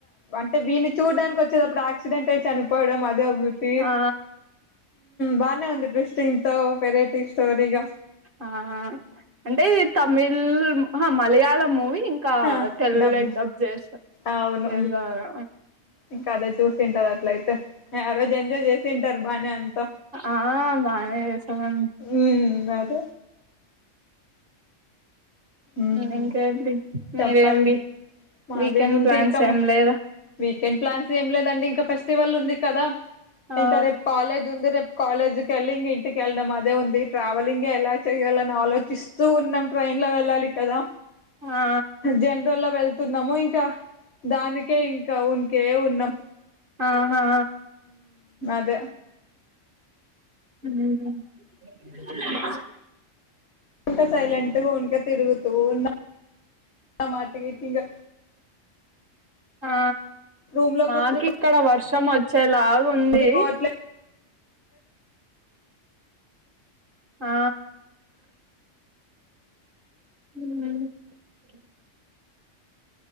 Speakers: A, on the left (about 55°); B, on the right (about 45°).
A: అంటే వీని చూడానికి వచ్చేటప్పుడు యాసిడెంట్ అయిి చనిపోవడం అదే టి
B: ఆ
A: బానే వంద ఇ్రెస్ట్ంగ్ంతవ వెరైటి స్టోరగా
B: ఆ అంటే తమిళ మలయాళం మూవీ ఇంకా
A: ఆ
B: తెలుగులోకి
A: డబ్
B: చేస్తా
A: అవును
B: చేసారు
A: ఇంకాదే చూ తింటారు అట్ల అయితే ఆ రోజు ఎంజాయ్ చేసి తింటారు బానే అంత
B: ఆ బానే చేసామండి
A: ఉ మద ఉమ్
B: ఇంకాడి మీరేమి
A: చెప్పాలి మాదేముంది
B: వీకెండ్ ప్లాన్స్
A: ఇంకా
B: ఏం లేద
A: వీకెండ్ ప్లాన్స్ ఏం లేదండి ఇంకా ఫెస్టివల్ ఉంది కదా
B: ఆ
A: ఇంకా రేపు కాలేజ్ ఉంది రేపు కాలేజ్ క వెళ్ళలి ఇం ఇంటికిెళ్డం అదే ఉంది ట్రావెలింగ్ ఎలా చెయ్యాలని ఆలోచిస్తూ ఉన్నాం ట్రైన్ లో వెళ్ళాలి కదా
B: ఆ
A: జనరల్ లో వెళ్తున్నాము ఇంకా దానికే ఇంకా ఉన్కే ఉన్నాం
B: ఆహా
A: ముద్ద్ద
B: హ
A: ఇంకా సైలెంట్గా ఉంక తిరుగుతూ ఉన్న నా మాటకి ఇంకా
B: ఆ
A: రూమ్ లో
B: మాకు
A: కూర్చొని
B: ఇక్కడ వర్షం వచ్చేలాగు ఉంది
A: పొద్దు పోవట్లేదు
B: ఆ అ